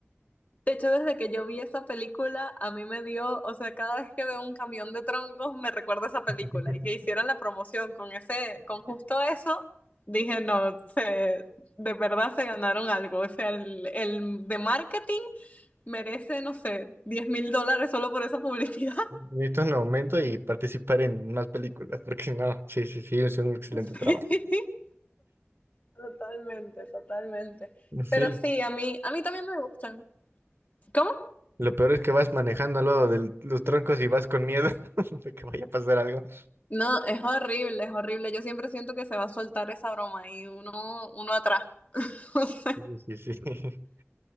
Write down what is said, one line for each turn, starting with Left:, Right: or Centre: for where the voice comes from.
Left: de hecho, desde que yo vi esa película, a mí me dio, o sea, cada vez que veo un camión de troncos, me recuerda esa película.
Right: <laughs>
Left: Y que hicieron la promoción con ese, con justo eso, dije, no, se, de verdad se ganaron algo. O sea, el, el de marketing merece, no sé, diez mil dólares solo por esa publicidad.
Right: Necesito un aumento y participar en más películas, porque no, sí, sí, sí, es un excelente
Left: <laughs>
Right: trabajo.
Left: Totalmente, totalmente. Pero
Right: Sí,
Left: sí, a mí, a mí también me gustan. ¿Cómo?
Right: Lo peor es que vas manejando al lado de los troncos y vas con miedo <laughs> de que vaya a pasar algo.
Left: No, es horrible, es horrible. Yo siempre siento que se va a soltar esa broma y uno, uno atrás. <laughs> O sea,
Right: Sí, sí, sí. <laughs>